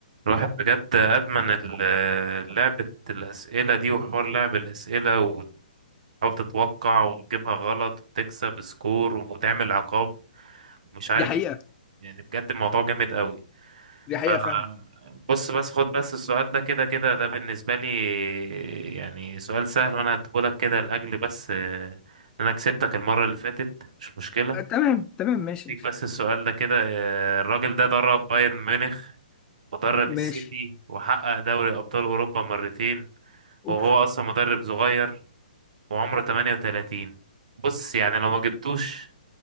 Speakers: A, on the right; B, on the left.
A: الواحد بجد أدمن ال- لعبة الأسئلة دي وحوار لعب الأسئلة وتحاول تتوقع وتجيبها غلط وتكسب سكور وتعمل عقاب ومش عارف
B: دي حقيقة
A: ايه يعني بجد الموضوع جامد قوي
B: دي
A: فأنا
B: حقيقة فعلا
A: بص بس خد بس السؤال ده كده كده ده بالنسبة لي يعني سؤال سهل وأنا هديهولك كده لأجل بس آه، إن أنا كسبتك المرة اللي فاتت مش مشكلة
B: آه، تمام تمام ماشي
A: ليك بس السؤال ده كده آه، الراجل ده درب بايرن ميونخ مدرب السيتي
B: ماشي
A: وحقق دوري أبطال أوروبا مرتين
B: اوف
A: وهو أصلا مدرب صغير وعمره 38 بص يعني لو ما جبتوش